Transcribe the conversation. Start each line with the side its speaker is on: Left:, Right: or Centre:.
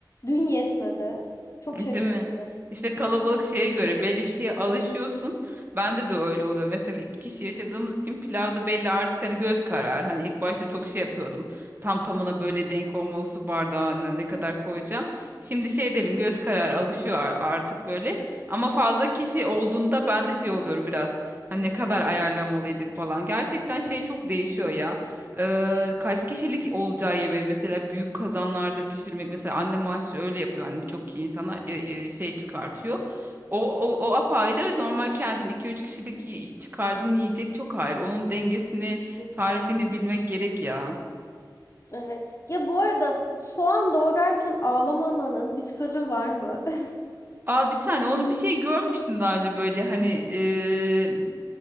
Left: Dün yetmedi. Çok
Right: Değil
Left: şaşırdım.
Right: mi? İşte kalabalık şeye göre belli bir şeye alışıyorsun. Bende de öyle oluyor. Mesela iki kişi yaşadığımız için pilavda belli artık hani göz karar. Hani ilk başta çok şey yapıyordum. Tam tamına böyle denk olmalı su bardağını ne kadar koyacağım. Şimdi şey diyelim göz kararı alışıyor ar- artık böyle. Ama fazla kişi olduğunda ben de şey oluyorum biraz. Hani ne kadar ayarlamalıydık falan. Gerçekten şey çok değişiyor ya. Eee, kaç kişilik olacağı yemeği mesela büyük kazanlarda pişirmek mesela annem aşçı öyle yapıyor hani birçok insana e, e, şey çıkartıyor. O, o, o apayrı normal kendin iki üç kişilik yi- çıkardığın yiyecek çok ayrı. Onun dengesini tarifini
Left: <laughs>
Right: bilmek gerek ya.
Left: Evet. Ya bu arada soğan doğrarken ağlamamanın bir sırrı var mı? <laughs>
Right: Abi sen onu bir şey görmüştün daha önce böyle hani eee,